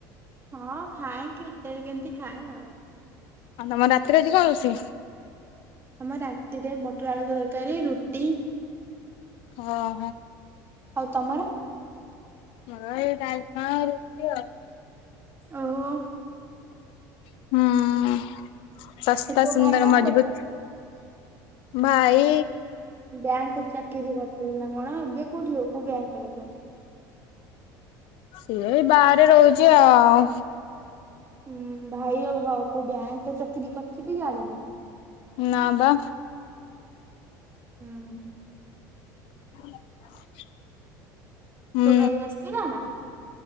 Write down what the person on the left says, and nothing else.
ହଁ ତମର ରାତିରେ ଆଜି କଣ ରୋଷେଇ।
ଓଃ ହୋ।
ହେଇ ଡାଲମା ରୁଟି ଆଉ।
ହୁଁ ଉଁ ଉଁ ଶସ୍ତା
ସୁନ୍ଦର
ମଜବୁତ
ଭାଇ।
ସିଏ ବାହାରେ ରହୁଛି ଆ ଆଉ।
ନା ବା।
<unintelligible> ହୁଁ